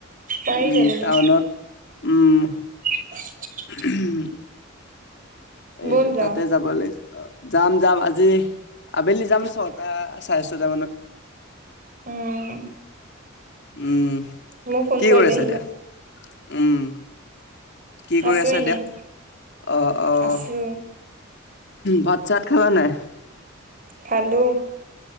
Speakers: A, on the right (about 40°); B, on the left (about 55°).
A: পাৰি
B: উম
A: যাবলে
B: টাউনত উম
A: <unintelligible>
B: ঊম এই
A: ব'ল যাওঁ
B: তাতে যাব লাগিছে অ যাম যাম আজি আবেলি যাম ছটা চাৰে ছটা মানত
A: উম
B: উম
A: মোক ফোন
B: কি
A: কৰিবি
B: কৰি আছা
A: আহিলে
B: এতিয়া উম কি কৰি
A: আছো
B: আছা
A: এনেই
B: এতিয়া অহ অহ
A: আছো
B: ভাত চাত খালা নাই
A: খালো